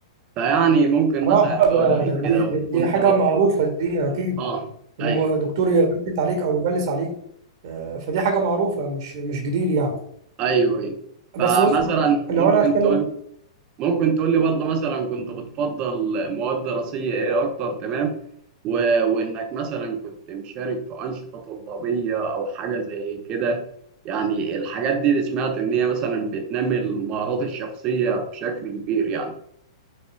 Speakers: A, on the right; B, on the right.
A: فيعني ممكن
B: اه
A: مثلا تقول
B: ده
A: لي
B: ده
A: كده
B: دي دي
A: وكنت
B: دي حاجة
A: بت...
B: معروفة دي أكيد
A: اه
B: إن
A: ايوه
B: م- دكتور يغلس عليك أو يغلس عليك آه، فدي حاجة معروفة مش مش جديد يعني
A: ايوه ايوه فمثلا
B: بس بص بقى، لو
A: ممكن
B: أنا هتكلم
A: تقول ممكن تقول لي برضه مثلا كنت بتفضل مواد دراسية ايه اكتر تمام و... وانك مثلا كنت مشارك في أنشطة طلابية او حاجة زي كده يعني الحاجات دي اللي سمعت ان هي مثلا بتنمي المهارات الشخصية بشكل كبير يعني